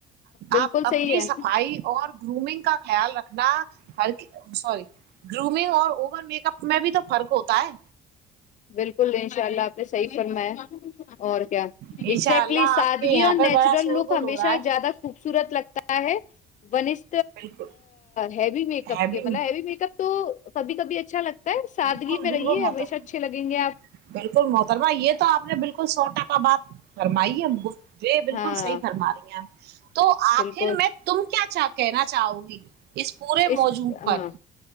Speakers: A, on the left (about 45°); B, on the right (about 75°).
A: بالکل
B: آپ
A: صحیح
B: اپنی
A: ہے
B: صفائی اور گرومنگ کا خیال رکھ نہ ہر سوری گرومنگ اور اوور میک اپ میں بھی تو فرق ہوتا ہے
A: بالکل ان شاء اللہ نے صحیح فرمایا اور کیا
B: انشاء
A: ایکزیکٹلی
B: اللہ
A: سادگی
B: آپ کے یہاں
A: اور نیچرل
B: پہ بڑا شورغل
A: لک ہمیشہ
B: ہو رہا ہے
A: زیادہ خوبصورت لگتا ہے وس
B: بالکل
A: ہیوی میک اپ
B: ہے بھی
A: کے مل ہیوی میک اپ تو کبھی کبھی اچھا لگتا ہے سادگی
B: بالکل
A: میں
B: بالکل
A: رہیے
B: محترمہ
A: ہمیشہ اچھے لگیں گے آپ
B: بالکل محترمہ یہ تو آپ نے بالکل بالکل سو ٹکا بات فرمائی ہے گفت جی بالکل
A: ہاں
B: صحی فرما رہی ہیں <inaudible> تو آخر
A: بالکل
B: میں تم کیا چاہتا کہنا چاہو گی اس پورے
A: اس
B: موجوں
A: ہاں
B: پر